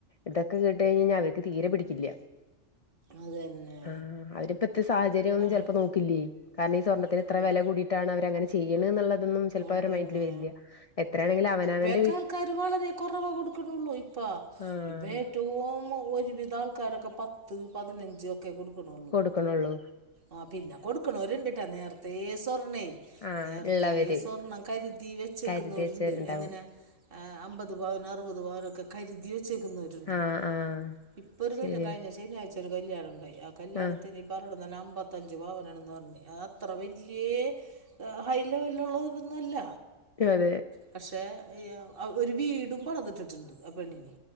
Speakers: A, on the left; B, on the right.
A: ഇതക്കെ കേട്ട് കഴിഞ്ഞാ അവർക്ക് തീരെ പിടിക്കില്ല
B: അതന്നെ
A: ആഹ് അവരിപ്പോഴത്തെ സാഹചര്യം ഒന്നും
B: അങ്ങ്
A: ചെലപ്പോ നോക്കില്ലേ കാരണം ഈ സ്വർണ്ണത്തിന്
B: നോക്കില്ല
A: ഇത്ര വില കൂടിട്- ട്ടാണ് അവര് അങ്ങനെ ചെയ്യണെന്ന് എന്നുള്ളതൊന്നും ചെപ്പോ അവരടെ
B: അതന്നെ
A: മൈഡില് വരില്ല എത്രയാണെങ്കിലും അവനവൻ-
B: ഇപ്പ ആൾക്കാര് വളരെ കൊറവ് കൊടുക്കണള്ളൂ ഇപ്പ
A: ആഹ്
B: ഇ- ഏറ്റവും ഒരുവിധം ആൾക്കാരൊക്കെ പത്ത് പതിനഞ്ച് ഒക്കെ കൊടുക്കണള്ളൂ
A: കൊടുക്കനുള്ളൂ
B: ആഹ പിന്നെ കൊടുക്കനൊരു ഒണ്ട് ട്ടോ നേരത്തെ സ്വർണ്ണേ
A: ആഹ്
B: നേരത്തേ
A: ഇള്ളവര്
B: സ്വർണം കരുതി വെ കരുതി വച്ചേക്കുന്നവര്
A: കരുതി വെച്ചവരുണ്ടാവും
B: ഒണ്ട് അൻപത് പവൻ അറുപത്പവൻ ഒക്കെ കരുതി വചെ - വച്ചേക്കുന്നവരുണ്ട്
A: ആഹ് ആഹ്
B: ഇപ്പൊ ഒരു
A: ശരിയാ
B: കല്ലിയാണം കഴിഞ്ഞ ശനിയാഴ്ച ഒരു കല്യാണം ഒണ്ടായി കല്യാണത്തിന്
A: ആഹ്
B: പറയണത് അമ്പത്തഞ്ച് പവനാണെന്ന് പറഞ്ഞ് അത്ര വല്യയ- ഏഹ് ഹൈ ലെവലിലൊള്ളത് ഒന്നും അല്ല
A: അതെ അതെ
B: പക്ഷെ ഒരു വീടും പണതിട്ടിട്ടുണ്ട് ആ പെണ്ണിന്